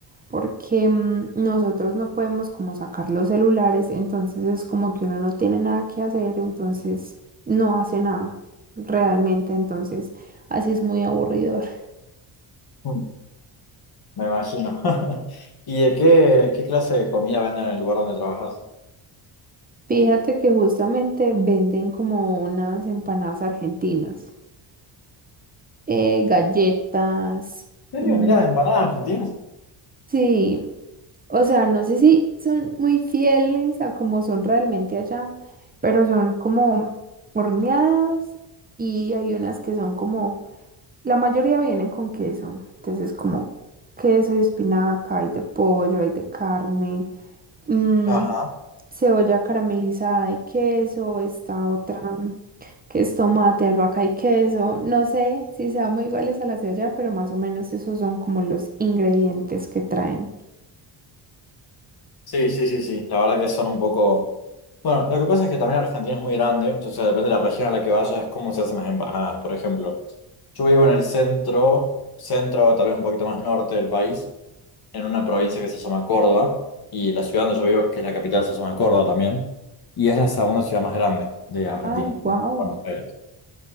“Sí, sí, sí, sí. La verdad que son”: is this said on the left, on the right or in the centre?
Left